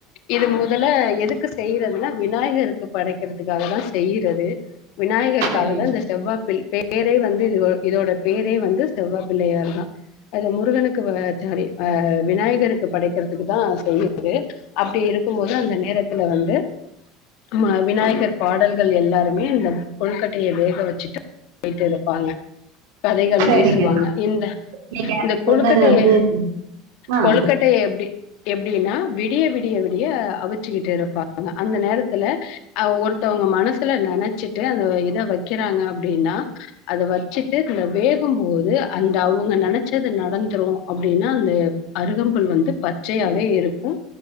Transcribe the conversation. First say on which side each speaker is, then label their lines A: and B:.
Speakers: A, on the left; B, on the right.
A: இது மொதல எதுக்கு செய்யறதுன்னா விநாயகருக்கு படைக்கிறதுக்காக தா செய்யிறது விநாயகருக்காக
B: சரி.
A: தான் இந்த ப்பிள் பேரே வந்து இதோ இதோட பேரே வந்து செவ்வா பிள்ளையார் தா அது முருகனுக்கு வ சாரி ஆஹ் விநாயகருக்கு படைக்கிறதுக்கு தா சொய்யறது அப்டி இருக்கும் போது அந்த நேரத்துல வந்து மா விநாயகர் பாடல்கள் எல்லாருமே அந்த கொலுக்கட்டைய வேக வெச் சிட்டு போயிட்டு இருப்பாங்க கதைகளும்
B: சரிங்க.
A: பேசுவாங்க இந்த
B: நீங்க
A: இந்த
B: சொன்னது
A: கொலுக்கட்டைய
B: வந்து ஆ.
A: கொலுக்கட்டைய எப்டி எப்டின்னா விடிய விடிய விடிய அவிச்சுக்கிட்டு இருப்பாங்க அந்த நேரத்துல ஆ ஒருத்தவங்க மனசுல நெனச்சிட்டு அந்த இத வைக்க கிறாங்க அப்டின்னா அத வெச்சிட்டு இதுல வேகும்போது அந்த அவுங்க நெனச்சது நடந்துரும் அப்டின்னா அந்த அருகம்புல் வந்து பச்சையாவே இருக்கும்